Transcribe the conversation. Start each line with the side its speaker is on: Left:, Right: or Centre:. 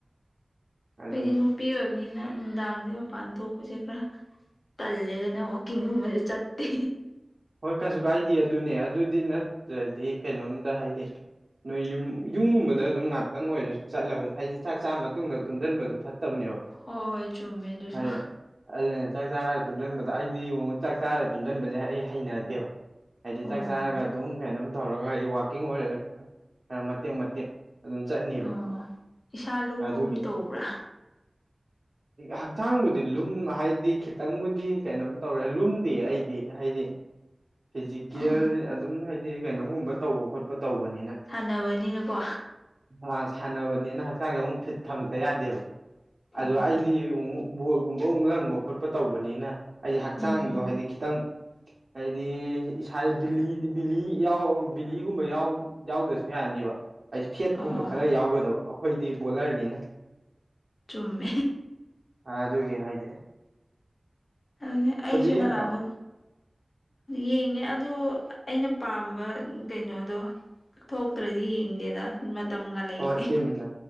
Right: ꯑꯗꯨꯒꯤ
Left: ꯑꯩꯗꯤ ꯅꯨꯄꯤ ꯑꯣꯏꯕꯅꯤꯅ ꯅꯨꯡꯗꯥꯡꯁꯦ ꯃꯄꯥꯟ ꯊꯣꯛꯄꯁꯦ ꯈꯔ ꯇꯜꯂꯦꯒꯅ ꯋꯥꯛꯀꯤꯡꯒꯨꯝꯕꯁꯨ ꯆꯠꯇꯦ
Right: ꯍꯣꯏ ꯀꯩꯁꯨ ꯀꯥꯏꯗꯦ ꯑꯗꯨꯅꯦ ꯑꯗꯨꯗꯤ ꯅꯠꯇ꯭ꯔꯗꯤ ꯀꯩꯅꯣꯝꯇ ꯍꯥꯏꯗꯤ ꯅꯣꯏ ꯌꯨꯝ ꯌꯨꯝꯒꯨꯝꯕꯗ ꯑꯗꯨꯝ ꯉꯥꯛꯇꯪ ꯑꯣꯏꯔꯁꯨ ꯆꯠꯂꯕ ꯍꯥꯏꯗꯤ ꯆꯥꯛ ꯆꯥ ꯃꯇꯨꯡꯗ ꯇꯨꯝꯁꯤꯟꯕꯗꯨ ꯐꯠꯇꯕꯅꯦꯕ
Left: ꯍꯣꯏ ꯍꯣꯏ ꯆꯨꯝꯃꯦ ꯑꯗꯨꯁꯨ
Right: ꯍꯥꯏ ꯑꯗꯨꯅ ꯆꯥꯛ ꯆꯥꯔꯒ ꯇꯨꯝꯁꯤꯟꯕꯗꯣ ꯑꯩꯗꯤ ꯌꯦꯡꯉꯨ ꯆꯥꯛ ꯆꯥꯔꯒ ꯇꯨꯝꯁꯤꯟꯕꯁꯦ ꯑꯩ ꯍꯩꯅꯗꯦꯕ ꯍꯥꯏꯗꯤ
Left: ꯑꯣ
Right: ꯆꯥꯛ ꯆꯥꯔꯒ ꯑꯗꯨꯝ ꯀꯩꯅꯣꯝ ꯇꯧꯔꯒ ꯍꯥꯏꯗꯤ ꯋꯥꯋꯥꯛꯀꯤꯡ ꯑꯣꯏꯔꯁꯨ ꯈ ꯈꯔ ꯃꯇꯦꯛ ꯃꯇꯦꯛ ꯑꯗꯨꯝ ꯆꯠꯅꯦꯕ
Left: ꯑꯣ ꯏꯁꯥ ꯂꯨꯝꯕꯒꯨꯝ
Right: ꯑꯗꯨꯒꯤ
Left: ꯇꯧꯕ꯭ꯔꯥ
Right: ꯍꯛꯆꯥꯡꯕꯨꯗꯤ ꯂꯨꯝ ꯍꯥꯏꯗꯤ ꯈꯤꯇꯪꯕꯨꯗꯤ ꯀꯩꯅꯣꯝ ꯇꯧꯔꯦ ꯂꯨꯝꯗꯦ ꯑꯩꯗꯤ ꯍꯥꯏꯗꯤ ꯐꯤꯖꯤꯀꯦꯜ
Left: ꯑꯣ
Right: ꯑꯗꯨꯝ ꯍꯥꯏꯗꯤ ꯀꯩꯅꯣꯒꯨꯝꯕ ꯇꯧꯕ ꯈꯣꯠꯄ ꯇꯧꯕꯅꯤꯅ
Left: ꯁꯥꯟꯅꯕꯅꯤꯅꯀꯣ
Right: ꯑ ꯁꯥꯟꯅꯕꯅꯤꯅ ꯍꯛꯆꯥꯡꯁꯦ ꯑꯃꯨꯛ ꯐꯤꯠ ꯐꯝꯗ ꯌꯥꯗꯦꯕ
Left: ꯑꯣ
Right: ꯑꯗꯣ ꯑꯩꯗꯤ ꯑꯃꯨꯛ ꯕꯣꯜꯒꯨꯝꯕ ꯑꯃꯨꯛ ꯂꯪꯕ ꯈꯣꯠꯄ ꯇꯧꯕꯅꯤꯅ ꯑꯩ ꯍꯛꯆꯥꯡꯗꯣ
Left: ꯎꯝ ꯎꯝ
Right: ꯍꯥꯏꯗꯤ ꯈꯤꯇꯪ ꯍꯥꯏꯗꯤ ꯏꯁꯥꯕꯤ ꯕꯤꯂꯤ ꯌꯥꯎ ꯕꯤꯂꯤꯒꯨꯝꯕ ꯌꯥꯎ ꯌꯥꯎꯗꯁꯨ ꯌꯥꯅꯤꯕ ꯍꯥꯏꯗꯤ ꯐꯦꯠꯀꯨꯝꯕ
Left: ꯑꯣ
Right: ꯈꯔ ꯌꯥꯎꯒꯗꯕ ꯑꯩꯈꯣꯏꯗꯤ ꯕꯣꯂꯔꯅꯤꯅ
Left: ꯆꯨꯝꯃꯦ
Right: ꯑ ꯑꯗꯨꯒꯤ ꯍꯥꯏꯗꯦ
Left: ꯑꯗꯨ ꯑꯩꯁꯨ
Right: ꯌꯦꯡꯗ꯭ꯔꯣ
Left: ꯅꯍꯥꯟꯅꯨ ꯌꯦꯡꯉꯦ ꯑꯗꯣ ꯑꯩꯅ ꯄꯥꯝꯕ ꯀꯩꯅꯣꯗꯣ ꯊꯣꯛꯇ꯭ꯔꯗꯤ ꯌꯦꯡꯗꯦꯗ ꯃꯇꯝꯒ ꯂꯩꯇꯦ
Right: ꯑꯣ ꯇꯝꯗ